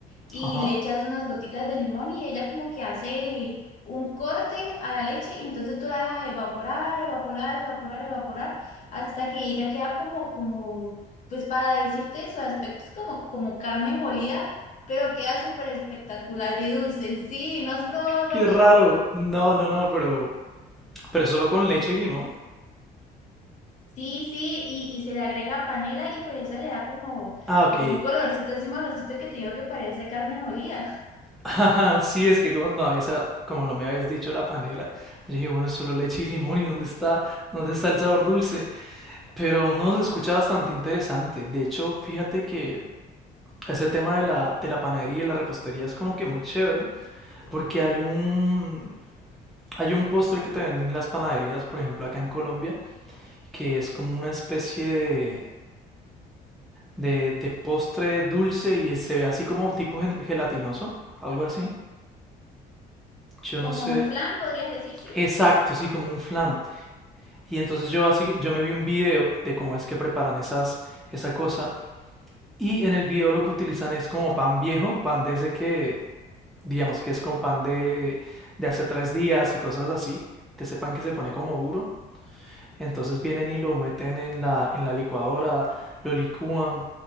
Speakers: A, on the left (about 45°); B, in the centre.
A: y
B: Ajá.
A: le echas unas gotitas de limón y ella como que hace un corte a la leche y entonces tú la dejas evaporar, evaporar, evaporar, evaporar hasta que ella queda como, como, pues para decirte su aspecto es como, como carne molida, pero queda súper espectacular y dulce. Sí, ¿no has probado algo
B: Qué
A: así?
B: raro. No, no, no, pero, pero solo con leche y limón.
A: Sí, sí, y, y se le agrega panela y pues eso le da como,
B: Ah, ok.
A: como un colorcito así marroncito que te digo que parece carne molida.
B: <laughs> Ajá, sí, es que como no, avisa- como no me habías dicho la panela, yo dije, bueno, solo leche y limón, ¿y dónde está, dónde está el sabor dulce? Pero no, se escucha bastante interesante. De hecho, fíjate que ese tema de la, de la panadería y la repostería es como que muy chévere, porque hay un, hay un postre que te venden en las panaderías, por ejemplo, acá en Colombia, que es como una especie de, de, de postre dulce y se ve así como tipo gen- gelatinoso, algo así.
A: <laughs>
B: Yo
A: Como
B: no sé.
A: un flan, podrías decir, sí.
B: Exacto, sí, como un flan. Y entonces yo así, yo me vi un video de cómo es que preparan esas, esa cosa. Y en el video lo que utilizan es como pan viejo, pan de ese que, digamos que es como pan de, de hace tres días y cosas así, de ese pan que se pone como duro. Entonces vienen y lo meten en la, en la licuadora, lo licúan